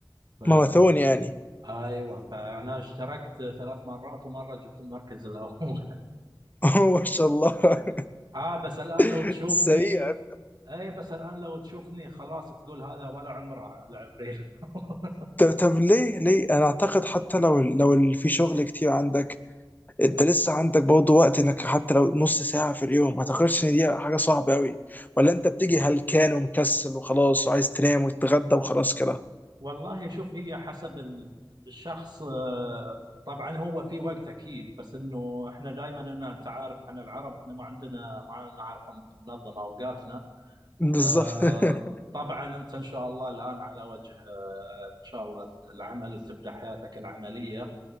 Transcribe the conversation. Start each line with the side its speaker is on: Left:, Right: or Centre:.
Right: ف
Left: ماراثون يعني
Right: ايوه فانا اشتركت ثلاث مرات ومره جبت المركز الاول
Left: <laughs> ما شاء الله
Right: <laughs> اه بس الان لو
Left: <laughs>
Right: تشوفني
Left: سريع
Right: اي بس الان لو تشوفني خلاص تقول هذا ولا عمره على لعب ريل <laughs>
Left: طب طب ليه ليه انا اعتقد حتى لو لو ال- في شغل كتير عندك انت لسه عندك برضه وقت انك حتى لو نص ساعة في اليوم ما اعتقدش ان دي حاجة صعبة قوي ولا انت بتيجي هلكان ومكسل وخلاص وعايز تنام وتتغدى وخلاص كده
Right: والله شوف هي حسب ال- الشخص آه، طبعا هو في وقت اكيد بس انه احنا دائما انا انت عارف احنا العرب احنا ما عندنا ما نعرف ننظم اوقاتنا
Left: بالظبط
Right: آه،
Left: <laughs>
Right: طبعا انت ان شاء الله الان على وجه آه، ان شاء الله العمل وتبدا حياتك العمليه